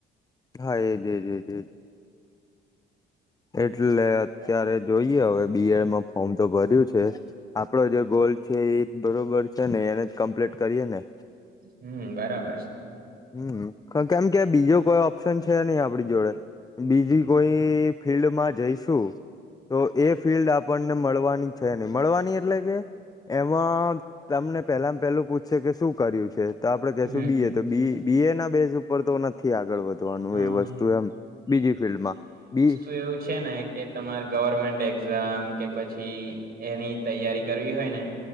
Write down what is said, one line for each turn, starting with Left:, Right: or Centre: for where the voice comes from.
Left: હા એ જે જે જ. એટલે અત્યારે જોઈએ હવે બી. એડમાં ફોર્મ તો ભર્યું છે. આપડો જે ગોલ છે એ જ બરોબર છે ને એને જ કમ્પ્લેટ કરીએ ને.
Right: હમ બરાબર છે.
Left: હમ કેમ કે બીજો કોઈ ઓપ્શન છે નહી આપણી જોડે. બીજી કોઈ ફિલ્ડમાં જઈશું. તો એ ફિલ્ડ આપણને મળવાની છે ન‌ઇ મળવાની એટલે કે એમાં તમને પહેલામાં પહેલું પૂછશે કે શું કર્યું છે. તો આપડે કેશું
Right: હમ
Left: બી એ તો બી બી એ ના બેઝ ઉપર તો નથી. થી આગળ વધવાનું
Right: હા.
Left: એ વસ્તુ એમ બીજી ફિલ્ડમાં બી.
Right: તો એવું છે ને કે. તમારે ગવર્મેન્ટ એક્ઝામ કે પછી એની તૈયારી કરવી હોય ને.